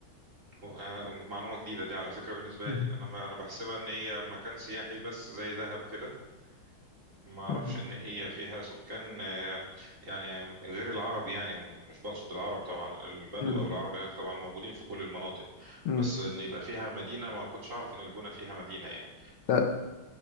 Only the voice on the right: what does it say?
هو- آه، معلومة جديدة دي على فكرة بالنسبة
لي أنا ما أنا بحسبها إن هي مكان سياحي بس زي دهب كده ما أعرفش
إن هي فيها سكان آه، يعني غير العرب يعني مش بقصد العرب طبعا البدو
أو العرب هناك طبعا موجودين في كل المناطق
بس إن يبقى فيها مدينة ما كنتش أعرف إن الجونة فيها مدينة يعني